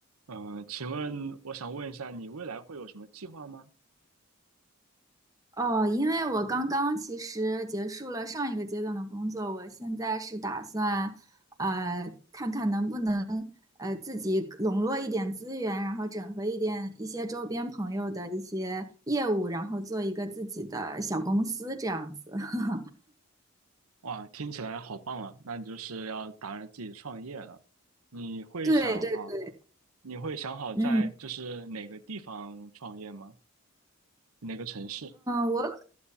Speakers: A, on the right; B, on the right.
A: 嗯，呃请问我想问一下，你未来会有什么计划吗？
B: 哦，因为我刚刚其实结束了上一个阶段的工作，我现在是打算，呃，看看能不能呃自己笼络一点资源，然后整合一点一些周边朋友的一些业务，然后做一个自己的小公司这样子。<laughs>
A: 哇，听起来好棒啊！那你就是要打算自己创业了。你会想好，
B: 对对对，
A: 你会想好在就是哪个地方创业吗？
B: 嗯。
A: 哪个城市？
B: 嗯，我